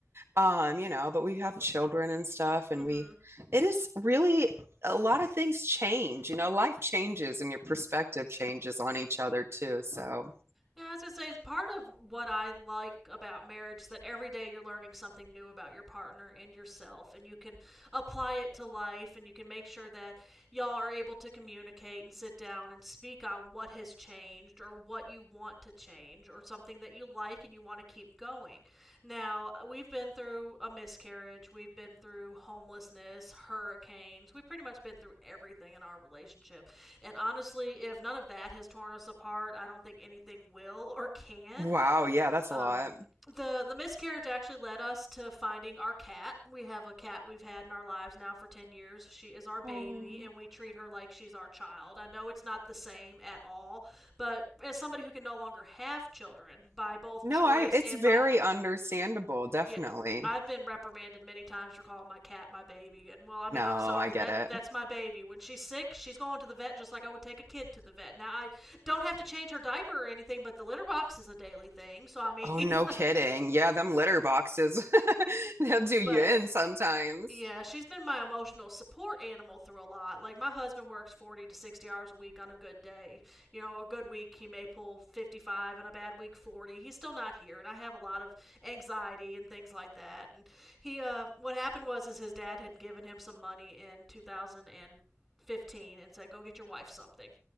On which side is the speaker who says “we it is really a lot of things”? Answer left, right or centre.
Right